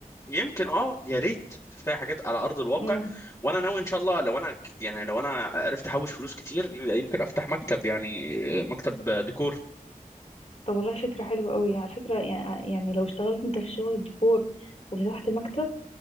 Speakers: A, on the left; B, on the left.
A: يمكن اه يا ريت تفتحي حاجات على ارض الواقع
B: امم
A: وانا ناوي ان شاء الله لو انا ك- يعني لو انا عرفت احوش فلوس كتير يمكن افتح مكتب يعني آه، مكتب ديكور
B: طب والله فكرة حلوة قوي على فكرة يع- يعني لو اشتغلت أنت في شغل الديكور وفتحت مكتب